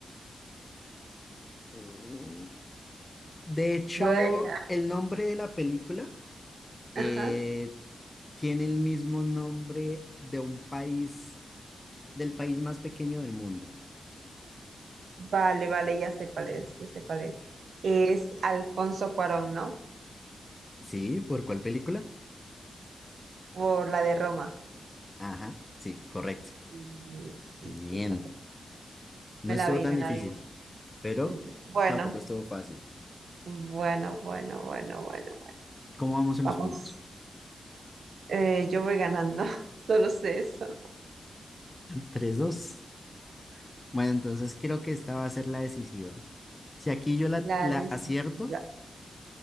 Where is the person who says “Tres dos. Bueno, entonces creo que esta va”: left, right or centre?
Left